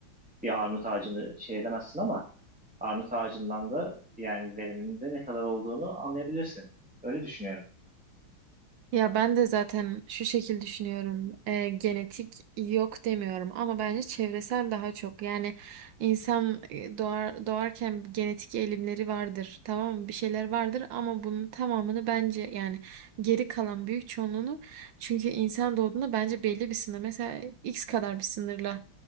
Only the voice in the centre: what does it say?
bir armut ağacını şey edemezsin ama armut ağacından da yani veriminin de ne kadar olduğunu anlayabilirsin. Öyle düşünüyorum.